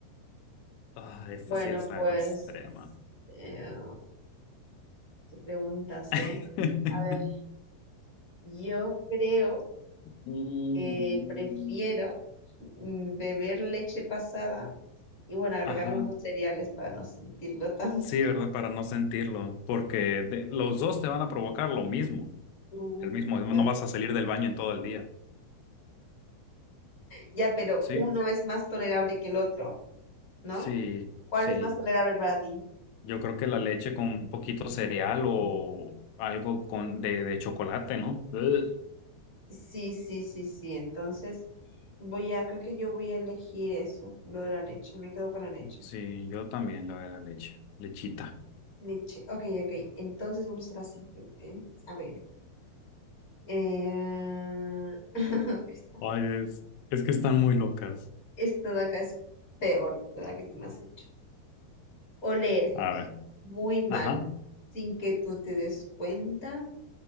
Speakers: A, on the left; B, on the left.
A: Ah, esto
B: Bueno,
A: sí es
B: pues
A: algo extrema.
B: eh, qué preguntas, ¿eh?
A: <laughs>
B: A ver, yo creo
A: Mm.
B: que prefiero mm, beber leche pasada y bueno, agregarle
A: Ajá.
B: unos cereales para no sentirlo tan. <laughs>
A: Sí, ¿verdad? Para no sentirlo. Porque de- los dos te van a provocar lo mismo.
B: Mm,
A: El mismo. No
B: Ya,
A: vas a salir del baño en todo el día.
B: Ya, pero
A: Sí,
B: uno es más tolerable que el otro, ¿no?
A: sí,
B: ¿Cuál
A: sí.
B: es más tolerable para ti?
A: Yo creo que la leche con un poquito cereal o algo con de, de chocolate, ¿no? Ugh.
B: Sí, sí, sí, sí. Entonces, voy a, creo que yo voy a elegir eso, lo de la leche. Me quedo con la leche.
A: Sí, yo también la de la leche, lechita.
B: Leche. Ok, ok. Entonces vamos a la siguiente. A ver. Eh... <laughs> Esta,
A: Ay, es, es que están muy locas.
B: esta de acá es peor de la que tú me has hecho. Oler
A: A ver,
B: muy mal,
A: ajá.
B: sin que tú te des cuenta.